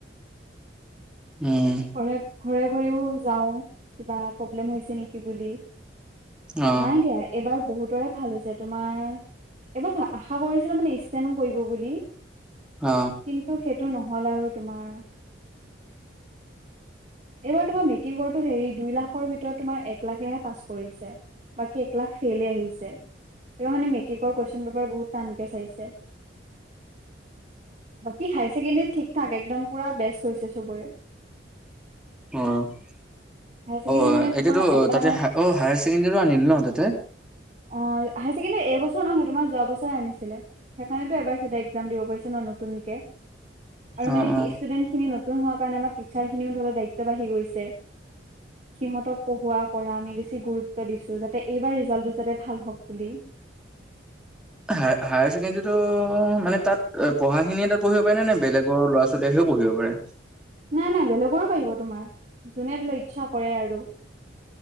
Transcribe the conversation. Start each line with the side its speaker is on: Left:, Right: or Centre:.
Centre: উম
Right: ঘৰে ঘৰে ঘৰেও যাওঁ, কিবা প্ৰব্লেম হৈছে নেকি বুলি।
Centre: অ
Right: নাই দিয়া এইবাৰ বহুতৰে ভাল হৈছে তোমাৰ এইবাৰ আশা কৰিছিলো মানে ষ্টেনো কৰিব বুলি,
Centre: অ।
Right: কিন্তু সেইটো নহ'ল আৰু তোমাৰ এইবাৰ তোমাৰ মেট্ৰিকটো হেৰি দুই লাখৰ ভিতৰত তোমাৰ এক লাখেহে পাছ কৰিছে। বাকী একলাখ ফেইলে আহিছে। এইবাৰ মানে মেট্ৰিকৰ কুৱেশ্যন পেপাৰ বহুত টানকে চাইছে। বাকী হায়াৰ ছেকেণ্ডেৰী ঠিক ঠাক একদম পুৰা বেষ্ট হৈছে চবৰে।
Centre: অ
Right: হায়াৰ ছেকেণ্ডেৰী
Centre: অ
Right: মানে
Centre: এতিয়াতো
Right: তোমাৰ এটাহে
Centre: তাতে অ হায়াৰ ছেকেণ্ডেৰী আনিল ন তাতে?
Right: অ হাইয়াৰছেকেণ্ডাৰী এইবছৰ নহয় তোমাৰ যোৱা বছৰে আনিছিলে। সেইকাৰণেতো এবাৰ সিহঁত একজাম দিব পাৰিছে ন নতুনকে। আৰু
Centre: অ
Right: মানে
Centre: অ
Right: কি ষ্টুডেণ্ট খিনি নতুন হোৱাৰ কাৰণে আমাৰ টিচাৰ খিনিও ধৰিলোৱা দায়িত্ব বাঢ়ি গৈছে।
Centre: <inaudible>
Right: সিহঁতক পঢ়োৱা কৰা আমি বেছি গুৰুত্ব দিছোঁ, যাতে এইবাৰ ৰিজালটো যাতে ভাল হওক বুলি।
Centre: হায়াৰ-হায়াৰ ছেকেণ্ডাৰীটো মানে তাত পঢ়াখিনিয়ে তাত পঢ়িব পাৰে নে বেলেগৰ ল'ৰা ছোৱালী আহিও পঢ়িব পাৰে?
Right: নাই নাই বেলেগৰো পাৰিব তোমাৰ, যোনে ধৰি লো ইচ্ছা কৰে আৰু।